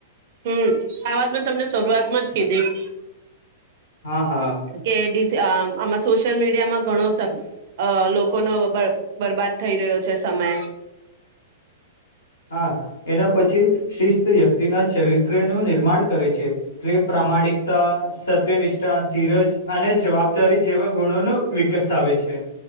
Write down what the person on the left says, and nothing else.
હા હા
હા એના પછી શિસ્ત વ્યક્તિ ના ચરિત્ર નો એક નિર્માણ કરે છે તે પ્રામાણિકતા સત્યનિષ્ઠા ધીરજ અને જવાબદારી જેવા ગુણો ન વિકસાવે છે.